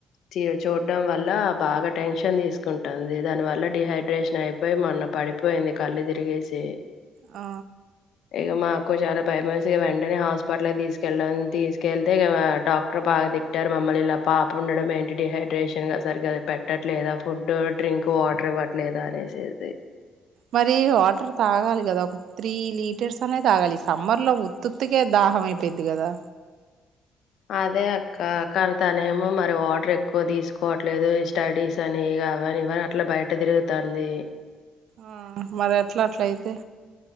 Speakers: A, on the left; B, on the right.
A: చు చూడడం వల్ల హ బాగా టెన్షన్ తీసుకుంటుంది దాని వల్ల డిహైడ్రేషన్ అయిపోయి మొన్న పడిపోయింది కళ్ళు తిరిగి సీ
B: ఆ
A: ఇగ మాకు చాలా భయం వేసి వెంటనే హాస్పిటల్ కి తీసు కెళ్లాం తీసుకెళ్తే ఇగ డాక్టర్ బాగా తిట్టారు మమ్మల్ని ఇలా పాప ఉండడం ఎంటి డిహైడ్రేషన్ గ సరిగాది పెట్టట్లేదా ఫుడ్ డ్రింక్ వాటర్ ఇవ్వట్లేదా అనేసేది
B: మరి వాటర్ తాగాలి కదా ఒకటి త్రీ లీటర్స్ అనే తాగాలి సమ్మర్ లో ఉత్తుత్తికే దా దహం అయిపోయిద్ది కదా
A: అదే అక్క కానీ తనేమో మరి వాటర్ ఎక్కువ తీసుకోవట్లేదు స్టడీస్ అని కావని ఇవని అట్లా బయట తిరుగుతుంది
B: ఆ మరి ఎట్లా అట్లయితే